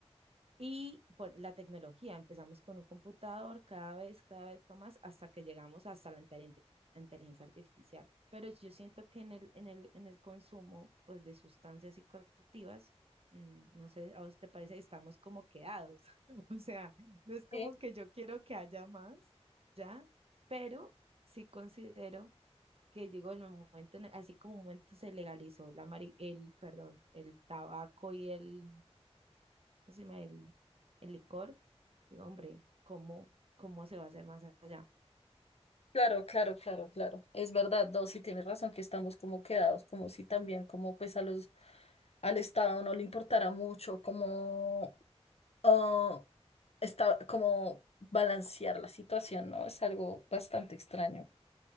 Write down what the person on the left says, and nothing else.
sí.
Claro, claro, claro, claro. Es verdad, dos, sí tienes razón que estamos como quedados, como si también como pues a los al Estado no le importara mucho como ah, esta- como balancear la situación, ¿no? Es algo bastante extraño.